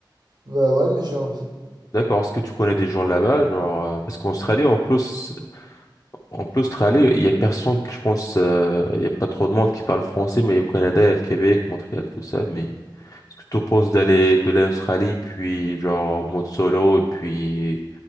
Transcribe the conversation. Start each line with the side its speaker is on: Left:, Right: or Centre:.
Right: Bah ouais, mais j'ai envie.
Left: D'accord, est-ce que tu connais des gens là-bas, genre, euh, parce qu'en Australie, en plus, En plus, Australie, il y a personne que je pense, euh, il y a pas trop de monde qui parle français, mais au Canada, il y a le Québec, Montréal, tout ça. Mais est-ce que tu penses d'aller de l'Australie, puis genre en mode solo, et puis